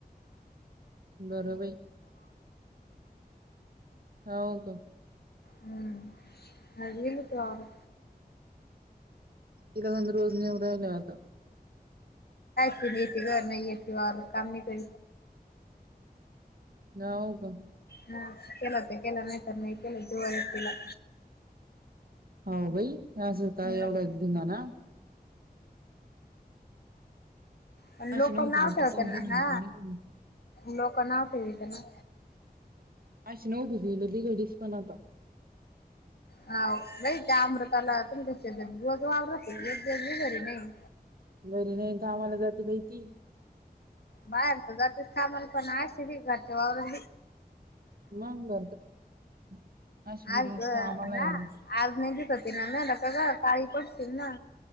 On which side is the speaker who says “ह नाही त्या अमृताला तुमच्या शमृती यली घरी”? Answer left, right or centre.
Left